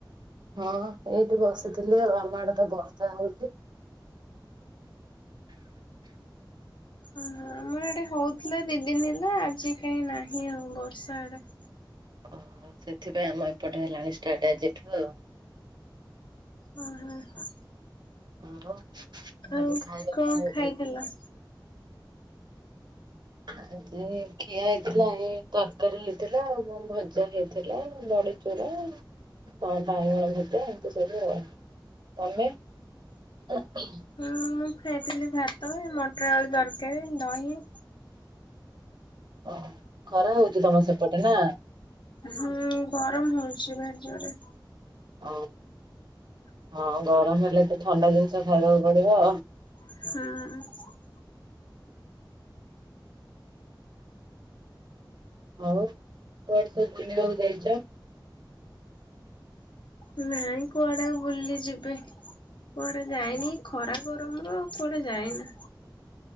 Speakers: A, on the right; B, on the left.
A: ହଁ ଏଇଠି ବସିଥିଲି ଆଉ। ଆମ ଆଡେ ତ ବର୍ଷା ହଉଛି।
B: ଓ ହଁ ଏଆଡ଼େ ହଉଥିଲା ଦି ଦିନ ହେଲା ଆଜି କାହିଁ ନାହିଁ ଆଉ ବର୍ଷା ଆଡେ।
A: ଓହୋ ସେଥିପାଇଁ ଆମ ଏପଟେ ହେଲାଣି ଷ୍ଟାର୍ଟ ଆଜିଠୁ ଆଉ।
B: ହଁ ହଁ।
A: ଆଉ
B: ଆଉ
A: ଆଜି ଖାଇବା
B: କଣ
A: ହେଇଥିଲା?
B: ଖାଇଥିଲ?
A: ଆଜି ଖିଆ ହେଇଥିଲା ଏ ତରକାରୀ ହେଇଥିଲା ଆଉ ଭଜା ହେଇଥିଲା ବଡି ବଡ଼ିଚୁରା କଣ ବାଇଗଣ ଭଜା ଏମତି ସବୁ ଆଉ। ତମେ? ଅ ଉଁହ୍
B: ହୁଁ ମୁଁ ଖାଇଥିଲି ଭାତ ମଟର ଆଳୁ ତରକାରୀ ଦହି।
A: ଓହୋ ଖରା ହଉଚି ତମ ସେପଟେ ନା।
B: ହୁଁ ଗରମ ହଉଚି ଭାରି ଜୋରେ।
A: <unintelligible> ହଁ ଗରମ ହେଲେ ତ ଥଣ୍ଡା ଜିନିଷ ଖାଇବାକୁ ପଡିବ।
B: ହୁଁ।
A: ଆଉ କୁଆଡେ ସବୁ ବୁଲିବାକୁ ଯାଇଚ?
B: ହୁଁ କୁଆଡେ ଆଉ ବୁଲି ଯିବି। କୁଆଡେ ଯାଇନି ଖରା ଗରମରୁ କୁଆଡେ ଯାଇନି।